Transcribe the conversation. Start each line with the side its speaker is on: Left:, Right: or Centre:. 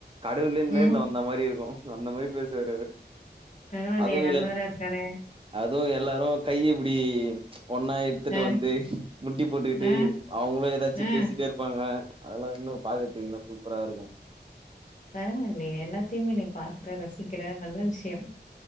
Right: கடவுலே
Left: ம்.
Right: நேர்ல வந்த மாரி இருக்கு அந்த மாரி பேசுவரு அவரு
Left: பரவால்லையே
Right: அதுவு
Left: நல்லவரா இருக்காரே
Right: அதுவு எல்லாரு கைய இப்டி ஒன்னா எடுத்துட்டு
Left: ஆ,
Right: வந்து முட்டி போட்டுக்கிட்டு
Left: ஆ,
Right: அவுங்களும் ஏதாச்சி
Left: ஆ.
Right: பேசிட்டே இருப்பாங்க அதெல்லா இன்னு பாக்கறதுக்கு இன்னு சூப்பரா இருக்கு
Left: பரவால்லையே எல்லாத்தையுமே நீ பாக்குற ரசிக்கிற நல்ல விஷயம்